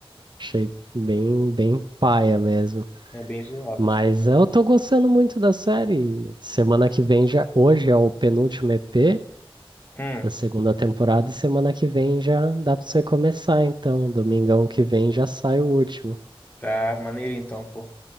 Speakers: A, on the right; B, on the left.
A: Achei bem, bem paia mesmo.
B: É bem zoado,
A: Mas
B: assim.
A: eu tô gostando muito da série. Semana que vem já. Hoje é o penúltimo EP
B: Hum,
A: da segunda temporada, e semana que vem já dá pra você começar. Então, domingão que vem já sai o último.
B: tá maneiro então, pô.